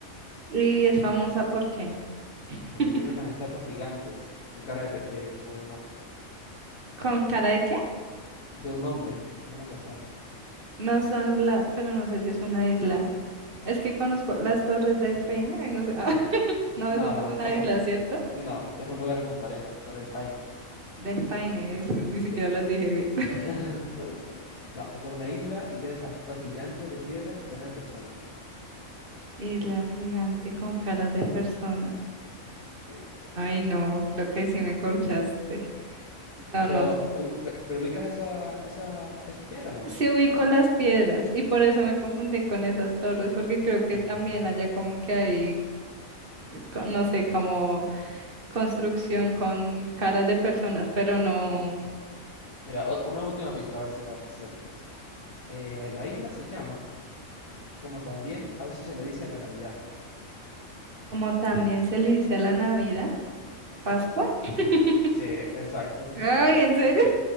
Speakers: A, on the right; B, on the left.
A: y es famosa ¿por qué? <laughs>
B: porque tiene unas estatuas gigantes con cara de, pe- de- como de un hombre,
A: ¿Con cara de qué?
B: de un hombre, como una persona.
A: No son la, pero no sé si es una isla. Es que conozco las Torres del Paine. Ay, no sé. Ah, <laughs> no,
B: No,
A: eso no
B: no,
A: es una
B: no, sol-
A: isla, ¿cierto?
B: no, es un lugar en Punta Arenas, la Torre del Paine.
A: Del Paine, eso, ni
B: Sí.
A: siquiera las dije bien. <laughs>
B: <laughs> No, esto es una isla y tiene esas estatuas gigantes de piedra con cara de persona.
A: Isla gigante con caras de personas.
B: Sí.
A: Ay, no, creo que sí me corchaste. No,
B: Ah,
A: no.
B: Pero, u- pe- pero ubicas esa, esa, esas piedras, ¿o no?
A: Sí ubico las piedras y por eso me confundí con esas torres, porque creo que
B: Mm,
A: también allá como que hay, co- no sé, como construcción con caras de personas, pero no,
B: Mira, o- una última pista, a ver si la, si la chutas. Eh, la isla se llama, como también a veces se le dice la Navidad.
A: como también se le dice a la Navidad.
B: Sí,
A: Pascua. <laughs>
B: sí, exacto.
A: Ay, ¿en serio?